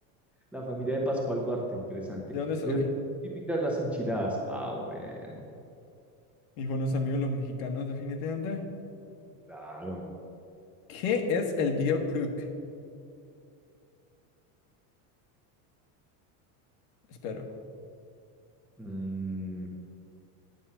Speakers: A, in the centre; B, on the left.
A: La familia de Pascual Duarte, interesante.
B: ¿De dónde es?
A: ¿De
B: Ok.
A: dónde son típicas las enchiladas? Ah, bueno,
B: Mis buenos amigos los mexicanos, definitivamente.
A: claro.
B: ¿Qué es el Diobruch? Espero.
A: Mm,